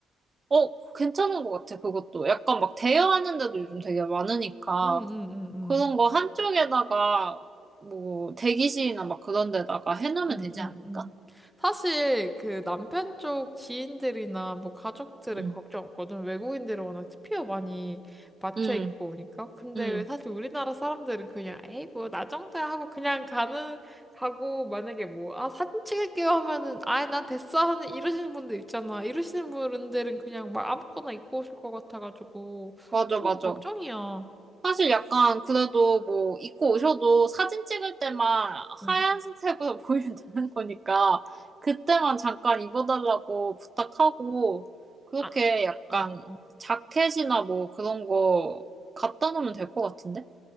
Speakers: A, on the right; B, in the centre.
A: 어, 괜찮은 것 같아, 그것도. 약간 막 대여하는 데도 요즘 되게 많으니까.
B: 응응응응.
A: 그런 거 한쪽에다가, 뭐, 대기실이나 막 그런 데다가 해놓으면
B: 응응응.
A: 되지 않을까?
B: 사실 그 남편 쪽 지인들이나 뭐 가족들은
A: 응
B: 걱정 없거든. 외국인들은 워낙 티피어 많이 맞춰
A: 응,
B: 입고 오니까. 근데
A: 응.
B: 왜 사실 우리나라 사람들은 그냥 에이 뭐 나 정도야 하고 그냥 가는 가고 만약에 뭐 아 사진 찍을게요 하면은 아이 난 됐어 하는 이러시는 분들 있잖아. 이러시는 분들은 그냥 막 아무거나 입고 오실 것 같아가지고
A: 맞아,
B: 좀
A: 맞아.
B: 걱정이야.
A: 사실 약간 그래도 뭐 입고 오셔도 사진 찍을 때만
B: 응.
A: 하얀색으로 <laughs> 보이면 되는 거니까 그때만 잠깐 입어달라고 부탁하고 그렇게
B: 아,
A: 약간
B: 어, 어.
A: 자켓이나 뭐 그런 거 갖다 놓으면 될 것 같은데?